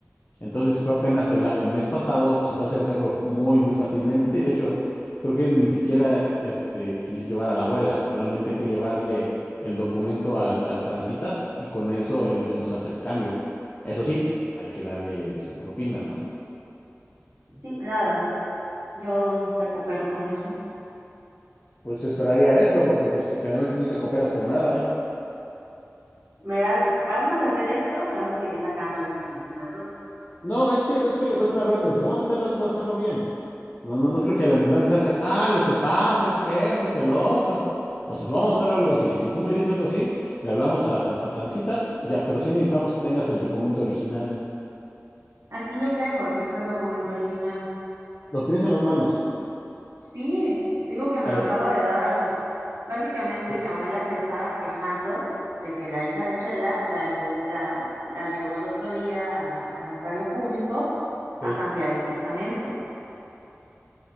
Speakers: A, on the left; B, on the right.
A: Entonces fue apenas el, a- el mes pasado, se puede hacer el cambio muy, muy fácilmente. Y de hecho, creo que es ni siquiera este, lle- llevar a la abuela, solamente hay que llevarle el documento al, al Transitas y con eso él, él nos hace el cambio. Eso sí, hay que darle su propina, ¿no?
B: Sí, claro, yo te coopero con eso.
A: Pues esperaría eso, porque pues, generalmente nunca cooperas con nada.
B: Me va- vamos a hacer esto, me vas a seguir sacando los trapitos al sol.
A: No, es que, es que, es que la verdad, mira, si vamos a hacerlo, hay que hacerlo bien. No, no, no creo que a la mitad me salgas, ah, lo que pasa es que esto, que lo otro. O sea, si vamos a hacerlo algo así, si tú me dices algo así, le hablamos a, a- a Transitas y ya, pero sí necesitamos que tengas el documento original.
B: Aquí lo tengo, aquí está el documento original.
A: ¿Lo tienes en las manos?
B: Sí, te digo que me
A: A
B: lo
A: ver.
B: acaba de dar, o sea, básicamente
A: Sí,
B: mi abuela se estaba quejando de que la hija de Chela la llevó, la, la llevó el otro día a la- al notario público a
A: sí,
B: cambiar el testamento.